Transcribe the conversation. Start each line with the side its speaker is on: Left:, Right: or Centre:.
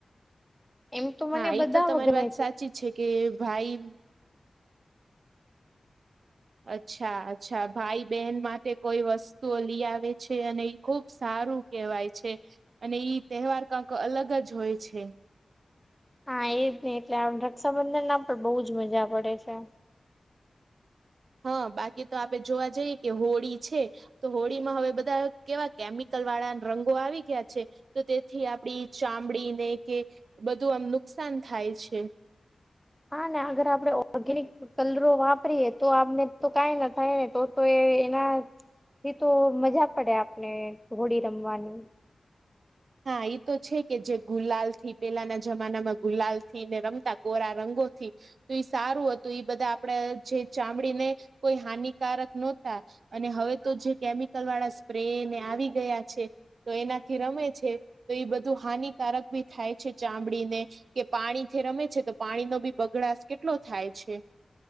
Centre: એમ મને
Right: હા, એ
Centre: બધા
Right: તો તમારી
Centre: ગમે
Right: વાત સાચી છે કે, ભાઈ અચ્છા, અચ્છા. ભાઈ-બહેન માટે કોઈ વસ્તુઓ લઈ આવે છે, અને એ‌ ઈ ખુબ સારું કહેવાય છે, અને ઈ તહેવાર કંઈક અલગ જ હોય છે.
Centre: હા, એજ નહીં. એટલે આ રક્ષાબંધન ના પણ બહુ જ મજા પડે છે.
Right: હા, બાકી તો આપે જોવા જઈએ કે હોળી છે. તો હોળીમાં હવે બધા કેવા કેમિકલ વાળા રંગો આવી ગયા છે, તો તે થી આપડી ચામડીને કે બધું આમ નુકસાન થાય છે.
Centre: હા ને, અગર આપડે ઓર્ગેનિક કલરો વાપરીએ, તો આપને તો કઈ ના થાય ને, તો તો એ એનાથી તો મજા પડે, આપણે હોળી રમવાની.
Right: હા, એ તો છે કે જે ગુલાલ થી, પેલાના જમાનામાં ગુલાલ થી ને રમતા, કોરા રંગોથી, તો ઈ સારું હતું. ઈ બધા આપડ જે ચામડીને કોઈ હાનિકારક નહોતા. અને હવે તો જે કેમિકલ વાળા સ્પ્રે ને આવી ગયા છે, તો એનાથી રમે. છે, તો એ બધું હાનિકારક ભી થાય છે ચામડી ને કે પાણીથી રમે છે, તો પાણી નો બી બગડાસ કેટલો થાય છે.